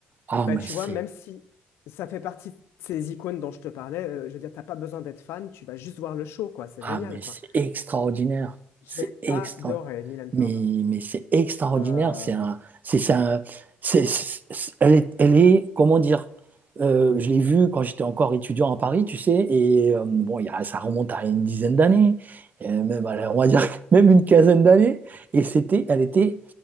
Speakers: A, on the right; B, on the left.
A: Ah,
B: Bah,
A: mais
B: tu
A: c'est
B: vois, même si ça fait partie de ces icônes dont je te parlais, euh, je veux dire, t'as pas besoin d'être fan, tu vas juste voir le show, quoi. C'est
A: Ah,
B: génial,
A: mais
B: quoi.
A: c'est extraordinaire.
B: J'ai
A: C'est extra.
B: adoré Mylène
A: Mais,
B: Farmer.
A: mais c'est extraordinaire.
B: Euh,
A: C'est un, c'est, c'est un- c'est- c'est- c'est- elle est, elle est, comment dire, euh, je l'ai vue quand j'étais encore étudiant à Paris, tu sais, et euh, bon, il y a- ça remonte à une dizaine d'années, euh, même, allez, on va dire <laughs> même une quinzaine d'années, et c'était, elle était